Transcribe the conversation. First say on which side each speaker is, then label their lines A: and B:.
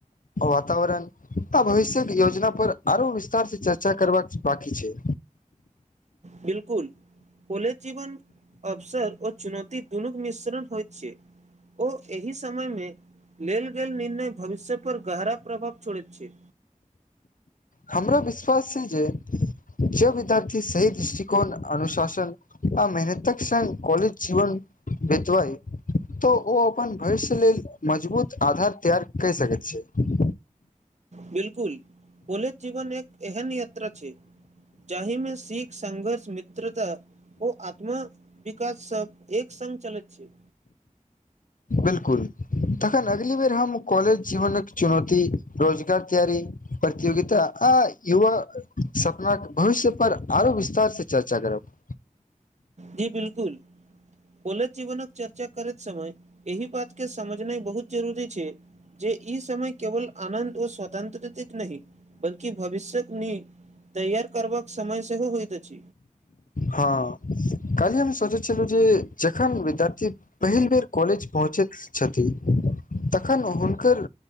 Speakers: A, on the left; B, on the right.
A: वातावरण आ भविष्य योजना पर आरो विस्तार से चर्चा करबा बाकी छै
B: बिल्कुल कॉलेज जीवन अवसर ओ चुनौती दूनुक मिश्रण होइ छै ओ एहि समय मे लेल गेल निर्णय भविष्य पर गहरा प्रभाव छोड़ैत छै
A: हमरा विश्वास छै जे जे विद्यार्थी सही दृष्टिकोण अनुशासन आ मेहनतक स कॉलेज जीवन बितबइ तऽ ओ अपन भविष्य लेल मजबूत आधार तैयार क सकैत छै
B: बिलकुल कौलेज जीवन एक एहन यात्रा छै जाहिमे सिख संघर्ष मित्रता ओ आत्म विकास सब एक संग चलैत छै
A: बिलकुल तखन अगली बेर हम कॉलेज जीवन मे चुनौती रोजगार तैयारी प्रतियोगिता आ युवा सपना भविष्य पर आरो विस्तार स चर्चा करब
B: जी बिलकुल कौलेज जीवनक चर्चा करैत समय एहि बात के समझनाई बहुत जरुरी छै जे ई समय केवल आनन्द व स्वतन्त्रतित नहि बल्कि भविष्य्यक निव तैयार करबाक समय सेहो होइत अछि
A: हँ कालहि हम सोचै छलहुँ जे जखन विद्यार्थी पहिल बेर कॉलेज पहुँचैत छथिन तखन हुनकर